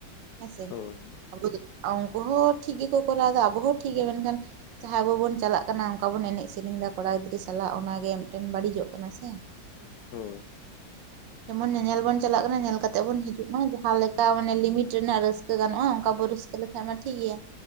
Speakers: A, on the right (about 70°); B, on the left (about 65°).
A: ᱦᱮᱸᱥᱮ,
B: ᱦᱳᱭ ᱦᱳᱭ
A: ᱟᱵᱚ ᱫᱚ, ᱩᱱᱠᱩ ᱦᱚᱸ ᱴᱷᱤᱠ ᱜᱮᱠᱚ ᱠᱚᱨᱟᱣᱫᱟ ᱟᱵᱚ ᱦᱚᱸ ᱴᱷᱤᱠ ᱜᱮ ᱢᱮᱱᱠᱷᱟᱱ ᱡᱟᱦᱟᱸᱭ ᱟᱵᱚ ᱵᱚᱱ ᱪᱟᱞᱟᱜ ᱠᱟᱱᱟ ᱚᱱᱠᱟ ᱵᱚᱱ ᱮᱱᱮᱡ ᱥᱮᱨᱮᱸᱧ ᱫᱟ ᱠᱚᱲᱟ ᱜᱤᱫᱽᱨᱟᱹ ᱥᱟᱞᱟᱜ ᱚᱱᱟᱜᱮ ᱢᱤᱫᱴᱮᱱ ᱵᱟᱹᱲᱤᱡᱚᱜ ᱠᱟᱱᱟ ᱥᱮ
B: ᱦᱳᱭ,
A: ᱡᱮᱢᱚᱱ ᱧᱮᱧᱮᱞ ᱵᱚᱱ ᱪᱟᱞᱟᱜ ᱠᱟᱱᱟ ᱧᱮᱞ ᱠᱟᱛᱮᱜ ᱵᱚᱱ ᱦᱤᱡᱩᱜ ᱢᱟ᱾ ᱡᱟᱦᱟᱸ ᱞᱮᱠᱟ ᱢᱟᱱᱮ ᱞᱤᱢᱤᱴ ᱨᱮᱱᱟᱜ ᱨᱟᱹᱥᱠᱟᱹ ᱠᱟᱹ ᱜᱟᱱᱜ-ᱟ ᱚᱱᱠᱟ ᱵᱚ ᱨᱟᱹᱥᱟᱹ ᱞᱮᱠᱷᱟᱡ ᱢᱟ ᱴᱷᱤᱠ ᱜᱮᱭᱟ